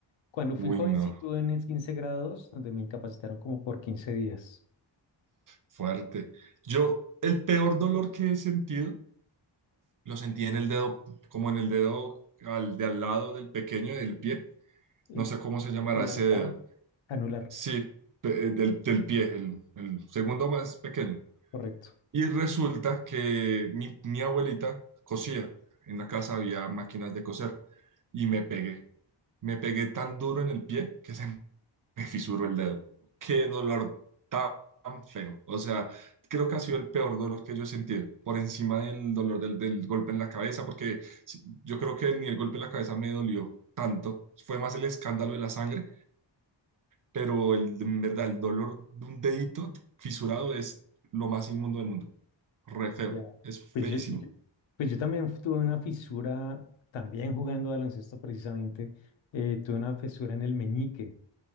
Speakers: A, on the left; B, on the right.
A: Cuando fui
B: Uy,
A: joven
B: no.
A: sí tuve un esguince grado 2 donde me incapacitaron como por quince días.
B: Fuerte. Yo, el peor dolor que he sentido, lo sentí en el dedo, como en el dedo al, de al lado del pequeño del pie.
A: El,
B: No sé cómo se llamará
A: el
B: ese
A: anular.
B: dedo.
A: Anular,
B: Sí, pe- eh, del, del pie, el, el segundo más pequeño.
A: correcto.
B: Y resulta que mi, mi abuelita cosía. En la casa había máquinas de coser. Y me pegué. Me pegué tan duro en el pie que se <laughs> me fisuró el dedo. Qué dolor tan feo. O sea, creo que ha sido el peor dolor que yo he sentido, por encima del dolor del, del golpe en la cabeza, porque sí, yo creo que ni el golpe en la cabeza me dolió tanto. Fue más el escándalo de la sangre, pero el, en verdad el dolor de un dedito fisurado es lo más inmundo del mundo. Re feo.
A: Ya.
B: Es feísimo.
A: Pues yo, yo- pues yo también tuve una fisura, también jugando baloncesto precisamente, eh, tuve una fisura en el meñique.